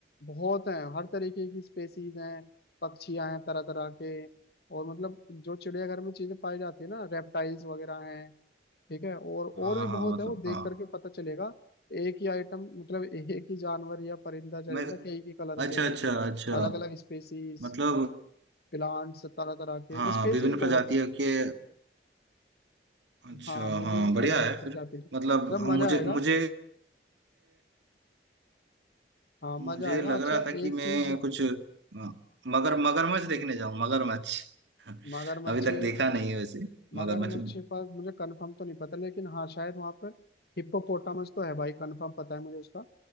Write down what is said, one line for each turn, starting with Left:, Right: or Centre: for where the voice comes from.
Left: बहुत हैं हर तरीके की स्पेसीज हैं पक्षियां हैं तरह तरह के और मतलब जो चिड़ियाघर में चीजें पाई जाती है ना रेप्टाइल्स वगैरह हैं ठीक है और और
Right: हाँ
Left: भी
Right: हाँ
Left: बहुत
Right: मतलब
Left: है वो देख
Right: हाँ
Left: करके पता चलेगा एक ही आइटम मतलब एक ही जानवर या परिंदा चरिंदा
Right: मैं
Left: कई ही कलर
Right: अच्छा
Left: के हैं
Right: अच्छा अच्छा
Left: अलग अलग स्पेसीज
Right: मतलब
Left: प्लांट्स तरह तरह के
Right: हाँ
Left: स्पेसीज
Right: विभिन्न
Left: बहुत
Right: प्रजातियों
Left: हैं
Right: के अच्छा
Left: हाँ विभिन्न
Right: हाँ बढ़िया
Left: अलग अलग
Right: है
Left: प्रजाति
Right: फिर
Left: की मतलब
Right: मतलब हाँ,
Left: मजा
Right: मुझे
Left: आएगा
Right: मुझे
Left: हाँ मजा
Right: मुझे
Left: आएगा
Right: लग
Left: अच्छा
Right: रहा था कि
Left: एक
Right: मैं
Left: चीज
Right: कुछ हाँ, मगर मगरमच्छ देखने जाऊँ मगरमच्छ <laughs>
Left: मगरमच्छ
Right: अभी तक देखा नहीं है वैसे
Left: मगरमच्छ
Right: मगरमच्छ
Left: के पास मुझे कंफर्म तो नहीं पता लेकिन हाँ शायद वहां पर हिप्पोपोटामस तो है भाई कंफर्म पता है मुझे उसका